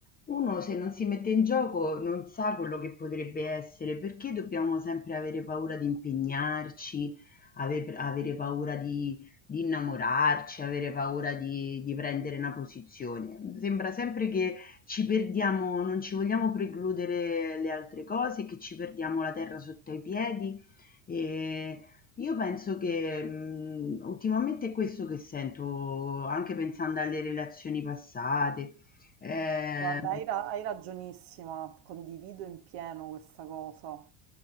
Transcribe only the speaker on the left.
uno se non si mette in gioco non sa quello che potrebbe essere, perché dobbiamo sempre avere paura di impegnarci, ave- avere paura di, di innamorarci, avere paura di, di prendere una posizione. Sembra sempre che ci perdiamo non ci vogliamo precludere le altre cose, che ci perdiamo la terra sotto ai piedi. E io penso che mh, ultimamente è questo che sento, anche pensando alle relazioni passate. Eh,